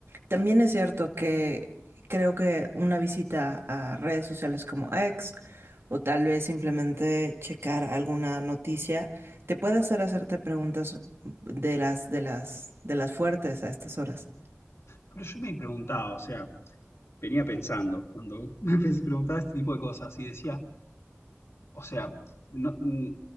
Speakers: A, on the right; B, on the left.
A: también es cierto que creo que una visita a redes sociales como X o tal vez simplemente checar alguna noticia te puede hacer hacerte preguntas de las, de las, de las fuertes a estas horas.
B: Pero yo me preguntaba, o sea, venía pensando, cuando <laughs> me preguntaba este tipo de cosas y decía, o sea, no- mm,